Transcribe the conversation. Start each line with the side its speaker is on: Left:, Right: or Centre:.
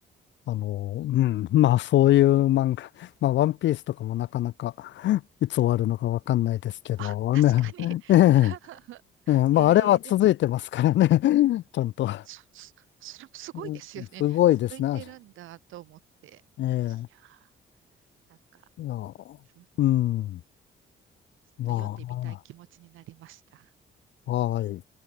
Left: あの、うん、まあそういう漫画、まあワンピースとかもなかなか <laughs> いつ終わるのかわかんないですけどね、
Right: うんあ、確かに。
Left: ええ、
Right: <laughs>
Left: ええまああれは続いてますからね、
Right: ええでも、
Left: <laughs> ちゃんと。
Right: そ、そそれもすごいですよね。
Left: うんすごいですね。
Right: 続いてるんだと思って。
Left: あれえ
Right: いやなんか、
Left: え、いや、
Right: そうね
Left: うん、
Right: ちょっと読んでみたい気持ちになりました。
Left: まあ、はい。